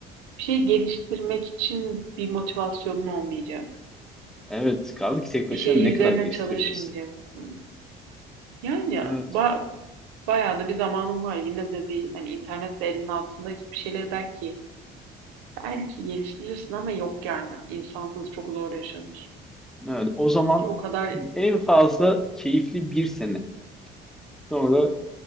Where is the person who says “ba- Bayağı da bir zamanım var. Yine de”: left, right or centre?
Right